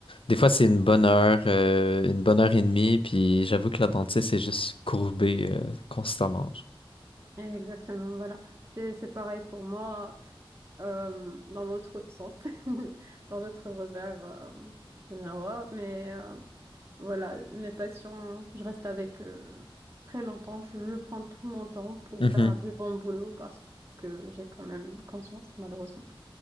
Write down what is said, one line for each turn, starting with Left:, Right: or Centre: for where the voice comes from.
Left: Des fois, c'est une bonne heure, euh, une bonne heure et demie, puis j'avoue que la dentiste est juste courbée euh, constamment. genre.
Right: Exactement, voilà. C'est c'est pareil pour moi euh, dans l'autre sens, <laughs> dans l'autre revers euh, du miroir. Mais euh, Voilà, mes patients, je reste avec euh, très longtemps. Je, je prends tout mon temps pour
Left: Mhm.
Right: faire du bon boulot parce que j'ai quand même conscience, malheureusement.